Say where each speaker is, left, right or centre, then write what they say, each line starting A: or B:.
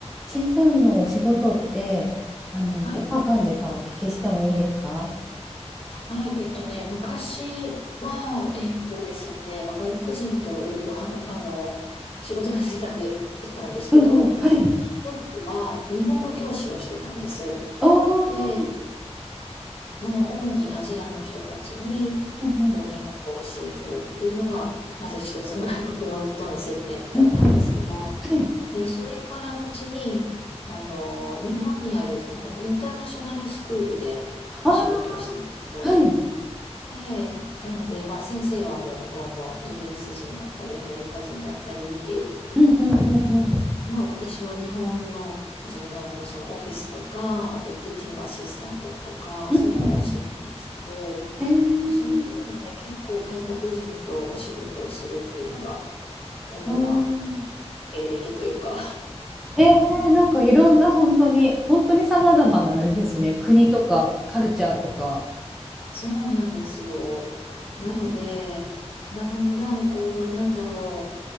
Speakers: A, in the centre; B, on the left.
A: チェイさんのお仕事って、あの、
B: はい、
A: どんな感じかお聞きしてもいいですか
B: はい、えっとね、昔は、えっとですね、まあ、外国人とよくはな、あの、仕事のしてたって言ったんですけど、
A: うんうん、はい。
B: 一つは日本語教師をしてたんです。
A: ああ、
B: で、
A: うん
B: まあ、主にアジアの人たちに、
A: うん
B: こう、日本語を教えてるっていうのが、まず一つ外国のとの接点だったんですけど、
A: うんうんうん、はい。
B: で、それから後に、あの、日本にある、あの、インターナショナルスクールでお仕事をしたんですよ。
A: ああ、はい。
B: で、なので、まあ先生はもう向こうのイギリス人だったり、アメリカ人だったりっていう、
A: うんうんうんうん、
B: まあ私は日本の人側のそのオフィスとか、あとティーチングアシスタントとか、
A: うんうん
B: そういうのをしてたんですけど、
A: うん。えー、
B: そういうので結構外国人とお仕事をするっていうのが主な
A: うん。
B: 経歴というか
A: えー、なんかいろんな本当に、本当に様々なあれですね、国とかカルチャーとか。
B: そうなんですよ。なので、
A: ね
B: だんだんこう、なんだろ